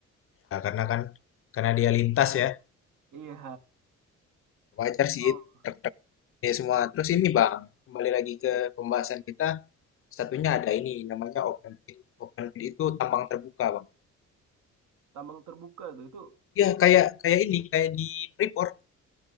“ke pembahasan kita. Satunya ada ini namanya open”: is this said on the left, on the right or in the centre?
Left